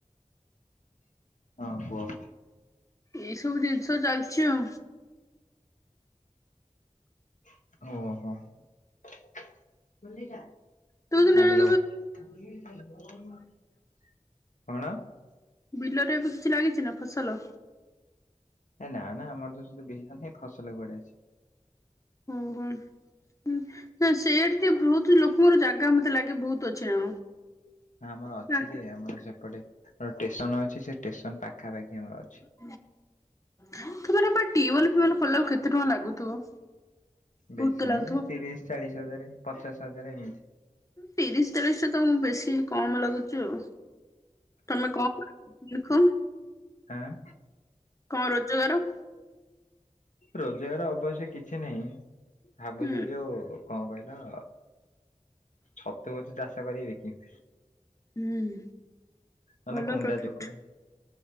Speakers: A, on the left (about 70°); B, on the left (about 25°).
A: ହଁ କୁହ?
B: ଏଇ ସବୁ ଜିନିଷ ଚାଲିଛି ଆଉ।
A: ଓହୋ ହ୍ୟାଲୋ।
B: ତୁ
A: ହୁଁ
B: ଦିନେ କେବେ
A: କଣ?
B: ବିଲରେ ଏବେ କିଛି ଲାଗିଛି ନା ଫସଲ?
A: ଏ ନା ନା ଆମର ତ ସେଠି ବିଲ ନାହିଁ ଫସଲ କୁଆଡେ ଆସିବ।
B: ହୁଁ ହୁଁ। ହୁଁ ସେନ୍ତି ବହୁତ ଲୋକଙ୍କର ଜାଗା ମତେ ଲାଗେ ବହୁତ ଅଛି ନା।
A: ହ ଆମର ଅଛି
B: କଣ?
A: ଯେ ଆମର ସେପଟେ ଷ୍ଟେସନ ଅଛି ସେ ଷ୍ଟେସନ ପାଖାପାଖି ଆମର ଅଛି।
B: <unintelligible> ତମ ହେପଟେ ଟିଅଳ ଫିଅଲ ଖୋଲିଲା ବେଳକୁ କେତେଟଙ୍କା ଲାଗୁଥିବ? ବହୁତ
A: ବେଶୀ
B: ତ
A: ନାହିଁ
B: ଲାଗୁଥିବ।
A: ତିରିଶି ଚାଳିଶି ହଜାର ପଚାଶ ହଜାର ଏମିତି।
B: ତିରିଶି ଚାଳିଶି ଟା ତମକୁ ବେଶୀ କମ ଲାଗୁଛି ଆଉ। ତମେ କଣ ଦେଖ?
A: ଆଁ
B: କଣ ରୋଜଗାର?
A: ରୋଜଗାର ଅବଶ୍ୟ କିଛି ନାହିଁ ଭାବୁଛି
B: ହୁଁ
A: ଯୋଉ କଣ କହିଲ ଛତୁ ପଛୁ ଚାଷ କରିବିନି।
B: ହୁଁ।
A: ମନେ
B: ଭଲ
A: କୁଣ୍ଡା
B: ପ୍ରଫିଟ
A: ଚୁକୁଡ଼ା।